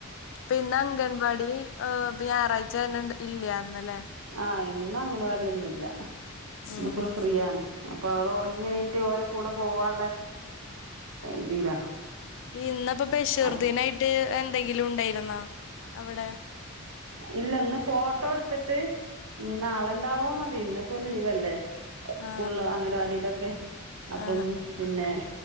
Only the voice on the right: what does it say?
ആഹ് ഇന്ന് അംഗനവാടിയൊന്നുല്ല
ഇന്ന് ഫുൾ ഫ്രീയാണ്. അപ്പൊ അവള് ഒറങ്ങി എണീറ്റ് ഓരോ കൂടെ പോവാനുള്ള ഇതിലാ.
അപ്
ഇല്ല ഇന്ന് ഫോട്ടോ എടുത്തിട്ട് ഇനി നാളെുണ്ടവോ മതി ഇന്നിപ്പോ ലീവല്ലെ. സ്കൂള്
അംഗനവാടിലൊക്കെ അപ്പം
പിന്നെ-